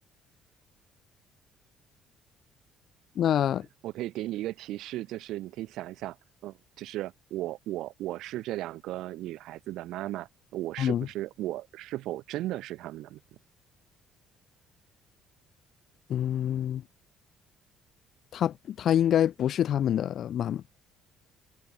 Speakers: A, on the left; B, on the right.
A: 那
B: 我可以给你一个提示，就是你可以想一想，嗯，就是我我我是这两个女孩子的妈妈，我是不是我是否真的是她们的妈妈？
A: 嗯嗯，她她应该不是他们的妈妈，